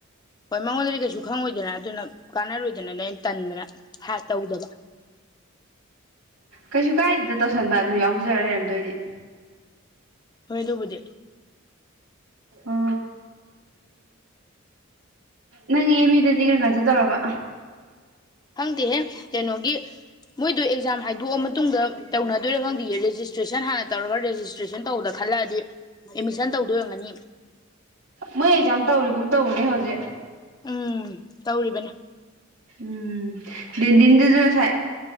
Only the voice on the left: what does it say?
ꯍꯣꯏ ꯃꯉꯣꯟꯗꯗꯤ ꯀꯩꯁꯨ ꯈꯪꯉꯣꯏꯗꯅ ꯑꯗꯨꯅ ꯀꯥꯟꯅꯔꯣꯏꯗ ꯐꯗꯅ ꯅꯣꯏꯩꯅ ꯇꯟꯗꯅ ꯍꯥꯏ ꯇꯧꯗꯕ
ꯍꯣꯏ ꯑꯗꯨꯕꯨꯗꯤ
ꯈꯪꯗꯦꯍꯦ ꯀꯩꯅꯣꯒꯤ ꯃꯣꯏꯗꯣ ꯑꯦꯛꯖꯥꯝ ꯍꯥꯏꯗꯣꯛꯑ ꯃꯇꯨꯡꯗ ꯇꯧꯅꯗꯣꯏꯔ ꯈꯪꯗꯤꯌꯦꯦ ꯇꯦꯁꯟ ꯍꯅ ꯇꯧꯔꯒꯦꯁꯇ꯭ꯔꯦꯁꯟ ꯇꯧꯗ ꯈꯜꯂꯛꯑꯗꯤ ꯑꯦꯠꯃꯤꯁꯟ ꯇꯧꯗꯣꯏꯔꯝꯒꯅꯤ
ꯎꯝ ꯇꯧꯔꯤꯕꯅꯤ